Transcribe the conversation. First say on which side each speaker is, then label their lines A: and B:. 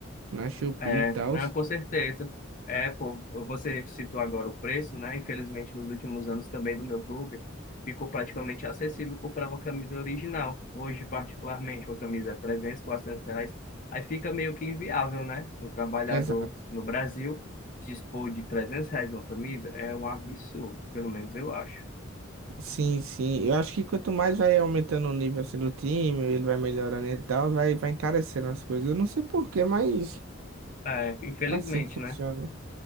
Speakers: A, on the right; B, on the left.
A: na Shopee
B: É,
A: e tal.
B: não, com certeza. É, pô, você citou agora o preço, né? Infelizmente, nos últimos anos também do meu clube, ficou praticamente acessível comprar uma camisa original. Hoje, particularmente, uma camisa é 300, 400 reais. Aí fica meio que inviável, né? Um trabalhador
A: Exato.
B: no Brasil dispor de 300 reais numa camisa é um absurdo, pelo menos eu acho.
A: Sim, sim. Eu acho que quanto mais vai aumentando o nível assim, do time, ele vai melhorando e tal, vai, vai encarecendo as coisas. Eu não sei porquê, mas
B: É, infelizmente,
A: é assim que funciona.
B: né?